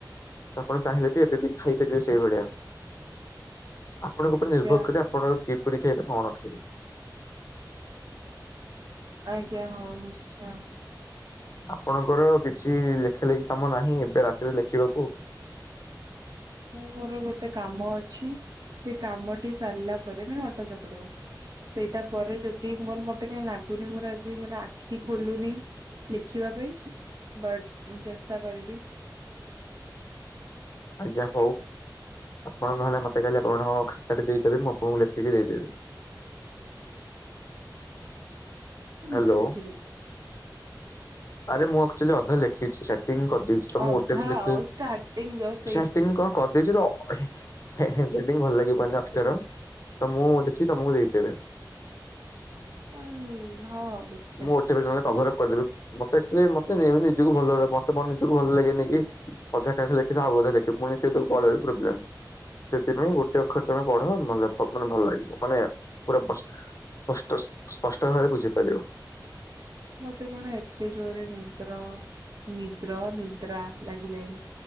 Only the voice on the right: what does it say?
ଆଜ୍ଞା
ଆଜ୍ଞା ହଉନି ଆଛା
ମୁଁ ମୋର ଗୋଟେ କାମ ଅଛି ସେ କାମଟି ସାରିଲା ପରେ ମ <unintelligible> ସେଇଟା ପରେ ଯଦି ମୋର ମତେ କାଇଁ ଲାଗୁ ପୁଣି ମୋର ଆଜି ମାନେ ଆଖି ଖୋଲୁନି ଲେଖିବା ପାଇଁ ବଟ ମୁଁ ଚେଷ୍ଟା କରିବି
ମୁଁ
ନିଜେ ଲେଖିବି।
ଅଧା
ଆଉ ଷ୍ଟାର୍ଟିଂ ଜଷ୍ଟ ହେଇଛି
ହଁ ଦେଖିବା
ମ
ମତେ କଣ ଏତେ ଜୋରରେ ନିଦ୍ର ନିଦ୍ର ନିଦ୍ରା ଲାଗିଲାଣି।